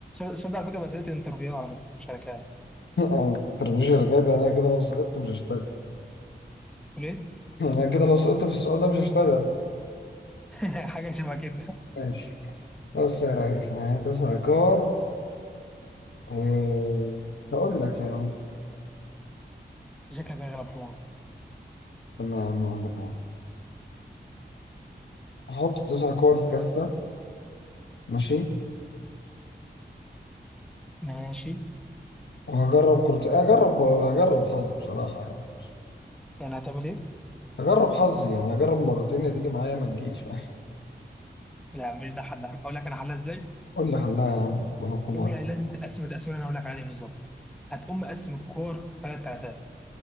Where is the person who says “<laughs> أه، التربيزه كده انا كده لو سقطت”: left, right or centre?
Left